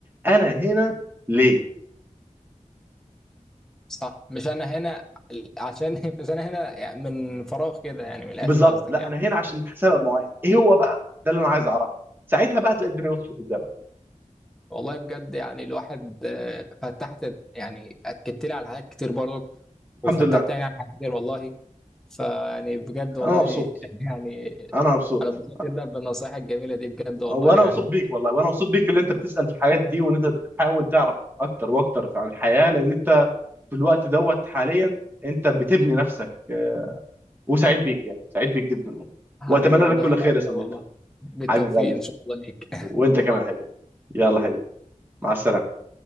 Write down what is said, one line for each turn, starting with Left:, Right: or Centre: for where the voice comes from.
Right: انا هنا ليه
Centre: صح مش انا هنا عشان <laughs> مش انا هنا يعني من فراغ كده يعني من الاخر
Right: بالظبط
Centre: قصدك
Right: لا
Centre: يعني
Right: انا هنا عشان سبب معين ايه هو بقى ده اللي انا عايز اعرفه ساعتها بقى تلاقي الدنيا وضحت قدامك
Centre: والله بجد يعني الواحد آه، فتحت يعني اكدت لي على حاجات كتير برضو
Right: الحمد
Centre: وفتحت
Right: لله
Centre: يعني عن حاجات كتير والله فيعني بجد والله
Right: انا مبسوط
Centre: <laughs> يعني
Right: انا مبسوط
Centre: انا اتبسطت جدا بالنصائح الجميله دي بجد
Right: وانا
Centre: والله يعني
Right: مبسوط بيك والله وانا مبسوط بيك اللي انت بتسال في الحاجات دي وان انت بتحاول تعرف اكتر واكتر عن الحياه لان انت في الوقت دوت حاليا انت بتبني نفسك آه، وسعيد بيك يعني سعيد بيك جدا يعني.
Centre: حبيبي
Right: واتمنى
Centre: والله
Right: لك كل
Centre: انا
Right: خير
Centre: اكتر
Right: يا صديقي
Centre: والله بالتوفيق
Right: حبيب قلبي
Centre: ان شاء الله ليك
Right: وانت كمان حبيبي يلا حبيبي مع السلامه